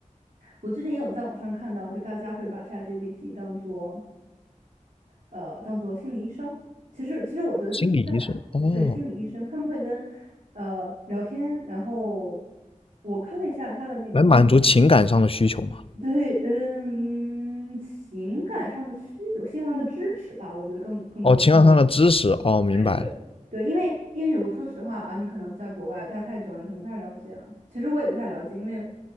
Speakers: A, on the right; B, on the left.
A: 我最近也有在网上看到，就大家会把 ChatGPT 当做。呃当做心理医生。其实其实我觉得这是这还是心理医生，
B: 心理医生哦，
A: 他们会跟呃聊天，然后我看了一下他的那个
B: 来满足情感上的需求嘛？
A: 对嗯情感上的需求，心理上的支持吧，我觉得更更多的是
B: 哦，情感上的知识哦，明白了，
A: 对对。对，因为因为我说实话啊，你可能在国外待太久了，你可能不太了解啊。其实我也不太了解，因为，